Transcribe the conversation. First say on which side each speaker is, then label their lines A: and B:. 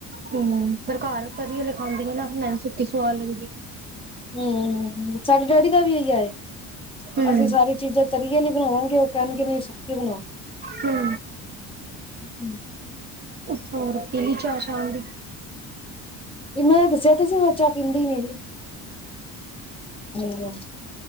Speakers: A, on the right; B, on the left.
A: ਹੂੰ, ਪਰ ਘਰ ਤਰੀ ਵਾਲੇ ਖਾਂਦੇ ਨੇ ਨਾ, ਮੈਨੂੰ ਸੁੱਕੀ ਸਵਾਦ ਲੱਗਦੀ।
B: ਹੂੰ, ਸਾਡੇ ਡੈਡੀ ਦਾ ਵੀ ਇਹੀ ਆਏ।
A: ਹੂੰ
B: ਅਸੀਂ ਸਾਰੀ ਚੀਜ਼ਾਂ ਤਰੀ ਅਲੀ ਬਣਾਵਾਂਗੇ ਉਹ ਕਹਿਣਗੇ ਨਹੀਂ ਸੁੱਕੀ ਬਣਾਉਣ।
A: ਹੂੰ।
B: ਹੂੰ।
A: ਓਹੋ ਪੀਲੀ ਚਾ ਸਾਂਮ ਦੀ।
B: ਵੀ ਮੈਂ ਦੱਸਿਆ ਸੀ ਮੈਂ ਚਾਹ ਪੀਂਦੀ ਨੀ ਸੀ ਹੂੰ।